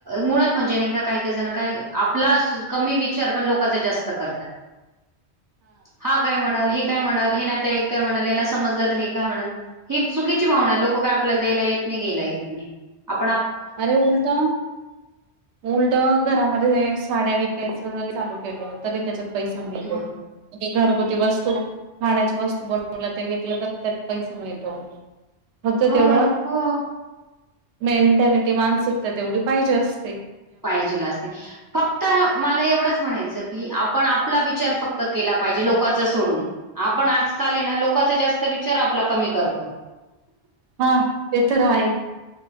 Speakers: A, on the right; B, on the right.
A: मुळात म्हणजे नाही का, कायकाय जण काय, आपला कमी विचार पण लोक - का च जास्त करत्यात, हा काय म्हणल, ही काय म्हणल, ही <unintelligible> ते काय म्हणल, यांना समजलं तर हे काय म्हणल, ही चुकीची भावना आहे, लोक काय आपल्याला दयायला येत नाही, घेयला येत नाही. आप
B: अरे, उलटं उलटं घरामध्ये साड्या विकायच् घरगुती चालू केलं तरी त्याच्यात पैसा मिळतो,
A: मग
B: म ते घरगुती वस्तू, खाण्याची वस्तू बनवला ते विकलं तर त्यात पैसा मिळतो खर्च
A: हो
B: तेवढं
A: हो
B: मेंटॅलिटी मानसिकता तेवढी पाहिजे अस
A: पाहिजे ला असते फक्त मला एवढंच. म्ह नायच की आपण आपला विचार फक्त केला पाहिजे. लोकाचा सोडून आपण आजकाल हाय ना लोक -कांचा जास्त विचार आपला कमी करतो.
B: हा ते तर आहे.